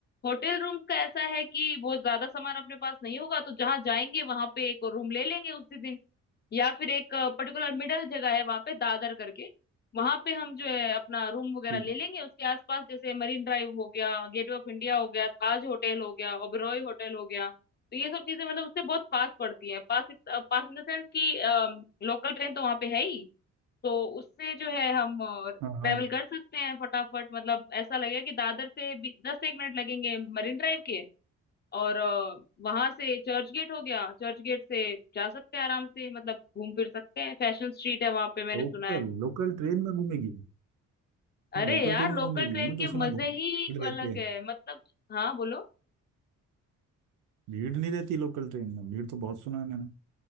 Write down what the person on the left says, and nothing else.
होटल रूम का ऐसा है कि बहुत ज्यादा सामान अपने पास नहीं होगा तो जहाँ जाएंगे वहां पे एक और रूम ले लेंगे उसी दिन या फिर एक पर्टिकुलर मिडल जगह है वहां पे दादर करके वहां पे हम जो है अपना रूम वगैरह
ले लेंगे उसके आसपास जैसे मरीन ड्राइव हो गया गेटवे ऑफ इंडिया हो गया ताज होटल हो गया ओबेरॉय होटल हो गया तो ये सब चीजें मतलब उससे बहुत पास पड़ती हैं पास पास इन द सेंस कि लोकल ट्रेन तो वहां पे है ही तो उससे जो है हम ट्रेवल
कर सकते हैं फटाफट मतलब ऐसा लगेगा कि दादर से भी दस एक मिनट लगेंगे मरीन ड्राइव के और वहां से चर्च गेट हो गया चर्च गेट से जा सकते हैं आराम से मतलब घूम फिर सकते हैं फैशन स्ट्रीट है वहां पे मैंने
सुना है
अरे
यार
लोकल
ट्रेन
के
मजे
ही
अलग
है मतलब हाँ बोलो